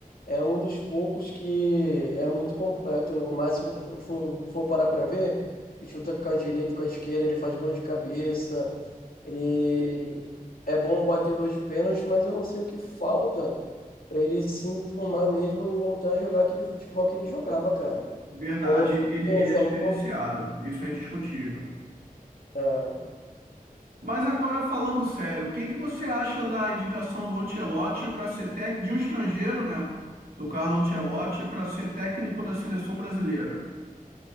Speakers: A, on the left; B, on the right.
A: é um dos poucos que é muito completo. O Neymar, se for, for- for parar pra ver, ele chuta com a direita, com a esquerda, ele faz gol de cabeça, ele é bom batedor de pênalti, mas eu não sei o que falta pra ele se enturmar mesmo e voltar a jogar aquele futebol que ele jogava, cara.
B: Verdade,
A: Com
B: ele,
A: força,
B: ele é diferenciado,
A: não...
B: isso é indiscutível.
A: É,
B: Mas agora, falando sério, o que que você acha da indicação do Ancelotti para ser técnico de um estrangeiro, né? Do Carlo Ancelotti para ser técnico da seleção brasileira?